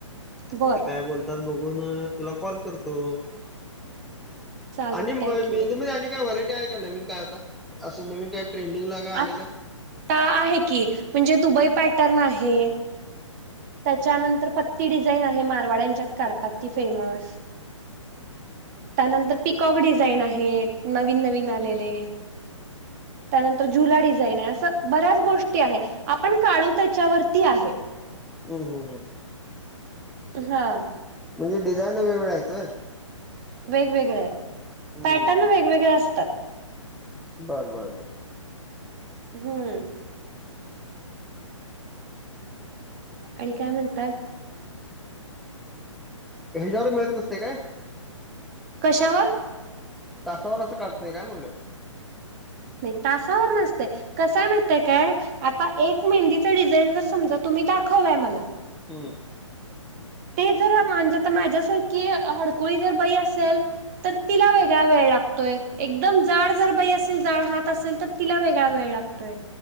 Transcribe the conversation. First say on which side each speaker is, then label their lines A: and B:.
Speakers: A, on the right; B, in the centre.
A: बर
B: मग ते काय बोलतोऽ बघुन तुला कॉल करतो,,
A: चालतय
B: आणिऽ
A: की
B: काय व्हरायटी आहे काय नवीन काय आता? असं नवीन काय ट्रेंडिंगला काय आलेलं?
A: आ आहे की,, म्हणजे दुबई पॅटर्न आहे,, त्याच्यानंतर पत्ती डिझाईन आहे,, मारवाड्यांच्यात काढतात ती फेमस. त्यानंतर पिकॉक डिझाईन आहे,, नवीन नवीन आलेले,, त्यानंतर जुला डिझाईन आहे,, असं बऱ्याच गोष्टी आहेत. आपण काढू त्याच्यावरती आहे.
B: हम्म, हम्, हम्
A: हा,
B: म्हणजे डिझान वेगवेगळ्या हाईत वय.
A: वेगवेगळे य,
B: हम्म
A: पॅटर्न
B: हम्म
A: वेगवेगळे असऽऽ
B: बरं, बर, बर
A: हम्म, आणि काय म्हणता?
B: ह्याजावर मिळत नसतय काय?
A: कशावर?
B: तासावर असं काढत नाही काय म्हणलं?
A: नाही तासावर नसतयऽ कसयं माहितय काय? आता एक मेहंदीचा डिझाईन जर समजा तुम्ही दाखवलाय मलाऽ
B: हम्म,
A: ते जर,, म्हणजे आता माझ्यासारखी हडकुळी जर बाई असेलऽ तर तिला वेगळा वेळ लागतोय,, एकदम जाड जर बाई असेल, जाड हात असेल तरऽ तिला वेगळा वेळ लागतोय.